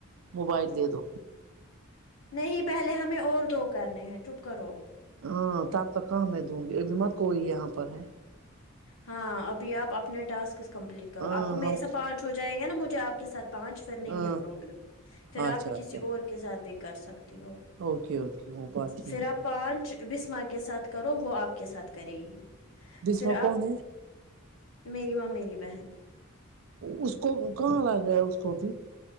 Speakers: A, on the right; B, on the left.
A: موبائل دے دو
B: نہیں پہلے ہمیں اور دو کرنے ہیں چپ کرو
A: ہاں تب تک کہاں میں دوں گی ابھی مت کوئی یہاں پر ہے
B: ہاں ابھی آپ اپنا ٹاسک کمپلیٹ کرو
A: ہاں
B: آپ کو میرے
A: ہم
B: ساتھ پا نچ ہو جائے گا نا مجھے آپ کے ساتھ پانچ فر نہیں
A: ہاں
B: ہے پربلم پھر
A: اچھا
B: آپ کسی
A: اچھا
B: اور کے ساتھ بھی کر سکتی ہو
A: اوکے اوکے وہ بات ٹھیک
B: پھر آپ
A: ہے
B: پانچ بسماں کے ساتھ کرو وہ آپ کے ساتھ کرے گی
A: بسما
B: پھر
A: کون
B: آپ
A: ہے
B: میری ماں میری بہن
A: اس کو کہاں آتا ہے اس کو ابھی